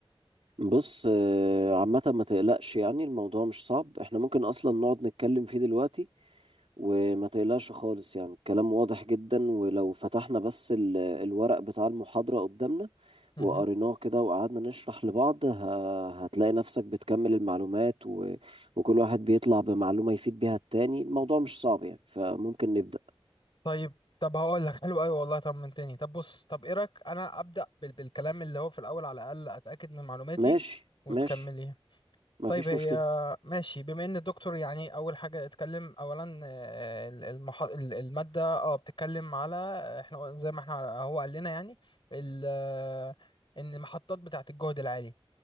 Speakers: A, on the right; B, on the left.
A: بص آه، عامة ما تقلقش يعني الموضوع مش صعب احنا ممكن اصلا نقعد نتكلم فيه دلوقتي وما تقلقش خالص يعني الكلام واضح جدا ولو فتحنا بس ال- الورق بتاع المحاضرة قدامنا
B: مهم.
A: وقريناه كده وقعدنا نشرح لبعض ه- هتلاقي نفسك بتكمل المعلومات و... وكل واحد بيطلع بمعلومة يفيد بيها التاني الموضوع مش صعب يعني فممكن نبدأ
B: طيب طب هقول لك <laughs> حلو قوي والله طمنتني طب بص طب ايه رايك انا ابدا بال- بالكلام اللي هو في الاول على الاقل اتاكد من معلوماتي
A: ماشي
B: وتكملي
A: ماشي ما
B: طيب
A: فيش
B: هي
A: مشكلة
B: ماشي بما ان الدكتور يعني اول حاجه اتكلم اولا آه، ال- المح... ال- الماده اه بتتكلم على احنا زي ما احنا هو قال لنا يعني ال... آه، ان المحطات بتاعه الجهد العالي